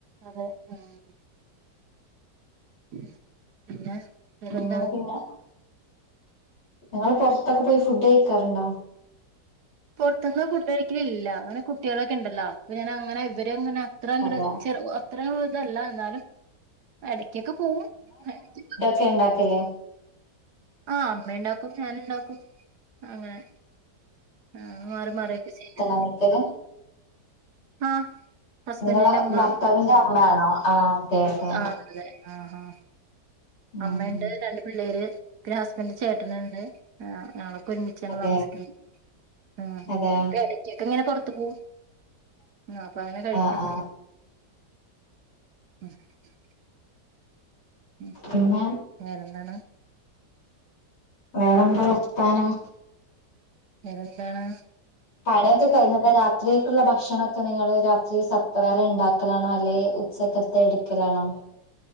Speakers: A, on the right; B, on the left.
A: അതെ ആഹ് ഉം പിന്നെ വേറെന്താണ്
B: നിങ്ങള് പിന്നെ നിങ്ങള് പൊറത്തൊക്കെ പോയി ഫുഡ് കയിക്കാറുണ്ടോ
A: പൊറത്തൂന്ന് ഫുഡ് കഴിക്കലില്ല അങ്ങനെ കുട്ടികളൊക്കെ ഇണ്ടല്ലോ അപ്പോ ഞാനങ്ങനെ ഇവരെ അങ്ങനെ അത്രങ്ങട്
B: അതെ
A: ചെറു ഓഹ് അത്ര ഇതല്ല എന്നാലും ആഹ് എടക്കക്കെ പോവും <unintelligible>
B: ക്കെണ്ടാക്കല്ലേ
A: ആഹ് അമ്മ ഇണ്ടാക്കും ഞാനുണ്ടാക്കും അങ്ങനെ ആഹ് മാറി മാറിക്കെ ചെയ്യും
B: അവിടെ തന്നേ.
A: ആ, ഹസ്ബൻഡിന്റെ
B: നിങ്ങളെ
A: അമ്മ,
B: ഭർത്താവിന്റെ അമ്മയാണോ ആ അതെ അതെ
A: ആ, ആ. അതെ. ആ, ആ.
B: ഉം
A: അമ്മയുണ്ട് രണ്ട് പിള്ളേർ. പിന്നെ ഹസ്ബറിന്റെ ചേട്ടൻ ഉണ്ട്. ഞളൊക്കെ ഒരുമിച്ചാണ്
B: അതെ
A: താമസിക്കുന്നത്. ഉം,
B: അതെ
A: അ, ഇടക്കൊക്കെ ഇങ്ങനെ പൊറത്തു പോകും. അപ്പൊ അങ്ങനെ കഴിക്കും
B: ആ ആ
A: <unintelligible> ഉം.
B: പിന്നെ.
A: വേറെന്താണ്?
B: വേറെന്താ വർത്താനം?
A: വേറെന്താണ്?
B: പണിയൊക്കെ കഴിഞ്ഞാതാ. രാത്രിക്കുള്ള ഭക്ഷണൊക്കെ നിങ്ങൾ രാത്രി സപ്പറൈറ്റ് വേറെ ഉണ്ടാക്കലാണോ അല്ലെ. സെപ്പറേറ്റ് എടുക്കലാണോ?